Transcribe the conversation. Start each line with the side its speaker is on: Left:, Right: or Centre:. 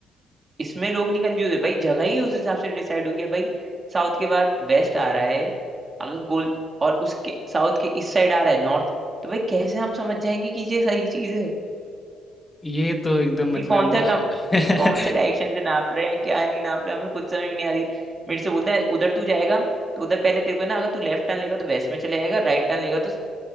Right: इसमें लोग नहीं कंफ्यूज है भाई जगह ही उस हिसाब से डिसाइड हुई है भाई साउथ के बाद वेस्ट आ रहा है अगर गोल और उसके साउथ के इस साइड आ रहा है नॉर्थ तो भाई कैसे हम समझ जाएंगे कि ये सही चीज है
Left: ये तो एकदम
Right: जी
Left: मतलब
Right: कौन सा कम
Left: <laughs>
Right: कौन से डायरेक्शन से नाप रहे हैं क्या नहीं नाप रहे हैं, हमें खुद समझ में नहीं आ रही मेरे से बोलता है उधर तू जाएगा तो उधर पहले तेरे को ना अगर तू लेफ्ट टर्न लेगा तो वेस्ट में चले जाएगा राइट टर्न लेगा तो